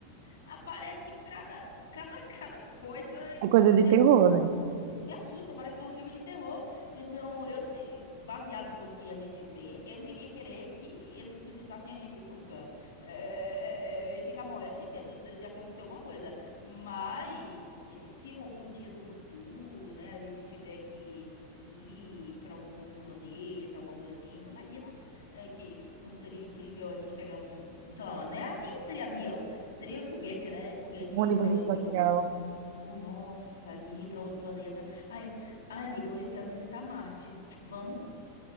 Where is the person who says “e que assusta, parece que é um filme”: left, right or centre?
Left